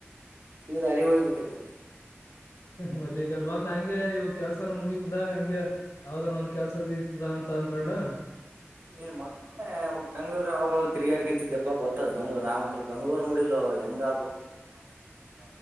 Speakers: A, on the right (about 50°); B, on the left (about 75°).
A: ಈದು ಅಲ್ಲಿ ಹೋಗಬಿಟ್ಟಿದೆ
B: ಮತ್ತೆ ಈ ಕಡೆ ಬಂದ್ ಹಂಗೆ ಇವ್ ಕೆಲ್ಸನ ಮುಗತದ ಹಗೆ ಯಾವ್ದಾರ ಒಂದ್ ಕೆಲ್ಸ ಸಿಗ್ತದ ಅಂತ ಅನ್ಕೊಂಡು
A: ನೀನ್ ಮೊದ್ಲೇ ಬೆಂಗ್ಳೂರಿಗೆ ಅವಾಗ ತ ತಿರುಗಾಡಿಗಿಂತಿದ್ದೆಬ್ಬಾಗ ಓದತ್ತದ್ ಬೆಂಗ್ಳೂರ್ ನಾವಂತ್ರ ಬೆಂಗ್ಳೂರು ನೋಡಿಲ್ಲಾ ಹೆಂಗದು ಹೆಂಗ <unintelligible>